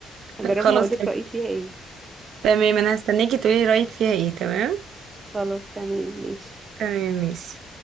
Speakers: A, on the right (about 70°); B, on the right (about 20°).
A: <laughs>
B: هجربها
A: خلاص
B: هقولك
A: تمام
B: رأيي فيها ايه
A: تمام انا هستناكي تقولي رأيك فيها ايه تمام
B: خلاص تمام ماشي
A: تمام ماشي